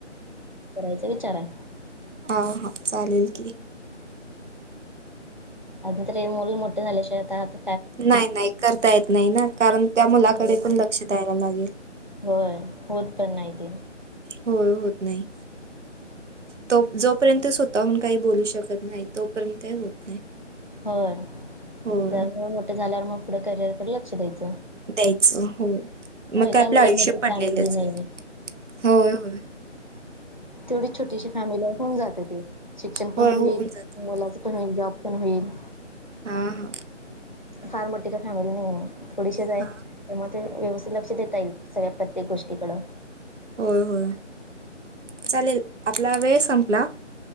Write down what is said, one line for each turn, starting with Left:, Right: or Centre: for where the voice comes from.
Left: करायचा विचार हाय.
Right: अ हा चालेल की.
Left: आता तरी मूल मोठ झालंय तात.
Right: नाही नाही करता येत नाही ना कारण त्या मुलाकडे
Left: होत
Right: पण
Left: नाही.
Right: लक्ष द्यायला लागेल.
Left: होय होत पण नाही ते.
Right: होय होत नाही. तो जोपर्यंत स्वतःहून काही बोलू शकत नाही तोपर्यंत काय होत नाही.
Left: होय
Right: होय,
Left: जरा म मोठ झाल्यावर मग पुढ करिअरकड लक्ष द्यायचं.
Right: द्यायचं होय
Left: होय
Right: मग काय आपलं आयुष्य
Left: लई मोठी
Right: पडलेलंच
Left: फॅमिली नाही
Right: हाय होय होय.
Left: तेवढी छोटीशी फॅमिली हाय होऊन जातंय ते शिक्षण पण
Right: होय,
Left: होईल
Right: होऊन जातं.
Left: मुलाच. होईल जॉब पण होईल.
Right: हा हा.
Left: फार मोठी काय फॅमिली नाही आहे थोडीशीचं आहे.
Right: हां.
Left: त्यामध्ये व्यवस्थित लक्ष देता येईल सगळ्या प्रत्येक गोष्टीकडं.
Right: होय होय चालेल आपला वेळ संपला.